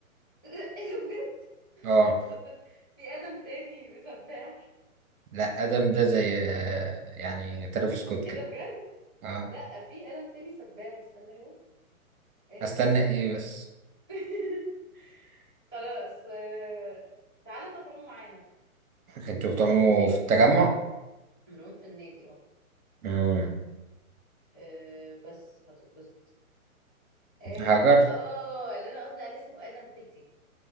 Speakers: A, on the left; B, on the right.
A: <laughs> ايه ده بجد
B: اه
A: اصل في آدم تاني سباح
B: لا ادم ده زي آه، يعني ترافيس سكوت كده
A: ايه ده بجد
B: اه
A: لا في آدم تاني سباح استنى كده آدم
B: استنى ايه بس
A: <laughs> خلاص آه تعالى طب عم معانا
B: انتوا
A: عم
B: بتعوموا
A: معانا في النادي
B: في التجمع
A: ملعوب في النادي اه
B: امم
A: آه، بس هتنبسط آدم
B: هاجر
A: اه اللي انا قصدي عليه اسمه آدم بيتي